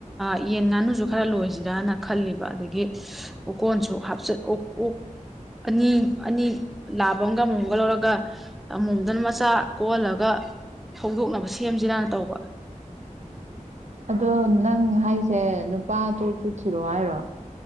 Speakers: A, in the centre; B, on the right.
A: ꯌꯦꯟ ꯉꯥꯅꯨꯁꯨ ꯈꯔ ꯂꯣꯏꯁꯤꯔꯅ ꯈꯜꯂꯤꯕ ꯑꯗꯒꯤ ꯎꯀꯣꯟꯁꯨ ꯍꯥꯞꯆꯠ ꯑꯣꯛ ꯑꯣꯛ ꯑꯅꯤ ꯑꯅꯤ ꯂꯥꯕ ꯑꯃꯒ ꯑꯃꯨꯣꯝꯒ ꯂꯧꯔꯒ ꯑꯃꯨꯝꯗꯅ ꯃꯆꯥ ꯀꯣꯍꯜꯂꯒ ꯍꯧꯗꯣꯛꯅꯕ ꯁꯦꯝꯁꯤꯔꯅ ꯇꯧꯕ
B: ꯑꯗꯣ ꯅꯪ ꯍꯥꯏꯁꯦ ꯅꯨꯄꯥꯗꯣ ꯆꯨꯠꯁꯤꯔꯣ ꯍꯥꯏꯔꯣ